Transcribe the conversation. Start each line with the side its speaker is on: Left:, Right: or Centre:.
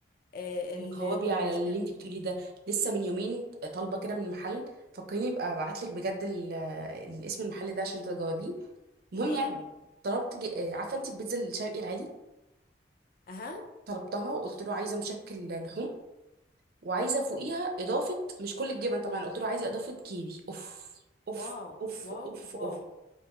Left: آه
Right: يعني
Left: الجلاش
Right: قوابي على اللي
Left: فيها
Right: انت بتقوليه
Left: جبن.
Right: ده لسه من يومين طالبه كده من محل فكريني ابقى ابعت لك بجد ال- ال- اسم المحل ده عشان تجاوبيه المهم
Left: تمام
Right: يعني طلبت ج- آه، عارفه انت البيتزا الشرقي العادي
Left: اها
Right: طلبتها وقلت له عايزه مشكل لحوم وعايزه فوقيها اضافه مش كل الجبن طبعا قلت له عايزه اضافه كيوي اوف اوف
Left: واو
Right: اوف
Left: واو
Right: اوف
Left: واو
Right: اوف